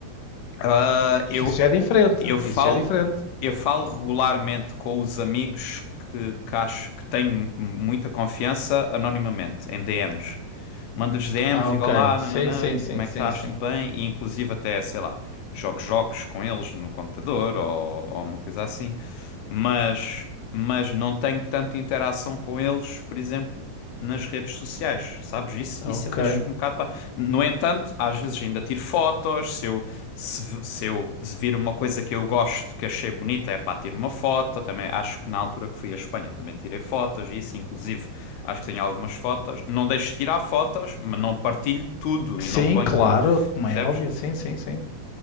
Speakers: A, on the left; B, on the left.
A: Ah,
B: É
A: eu,
B: Isso já é diferente.
A: Eu falo,
B: Isso já é diferente.
A: eu falo regularmente com os amigos que, que acho que tenho muita confiança anonimamente, em DMs. Mando-lhes DMs,
B: Ah,
A: digo
B: ok.
A: olá,
B: Sim,
A: nananã,
B: sim, sim,
A: como é
B: sim,
A: que estás?
B: sim.
A: Tudo bem? E inclusive até, sei lá, jogo jogos com eles no computador ou, ou uma coisa assim. Mas, mas não tenho tanta interação com eles, por exemplo, nas redes sociais, sabes? Isso,
B: Ok.
A: isso eu deixo um bocado para. No entanto, às vezes ainda tiro fotos. Se eu, se, se eu vir uma coisa que eu gosto, que achei bonita, é pá, tiro uma foto. Também acho que na altura que fui à Espanha também tirei fotos, e isso, inclusive, acho que tenho algumas fotos. Não deixo de tirar fotos, mas não partilho tudo
B: Sim,
A: e não ponho
B: claro,
A: tudo.
B: como
A: Percebes?
B: é óbvio, sim, sim, sim.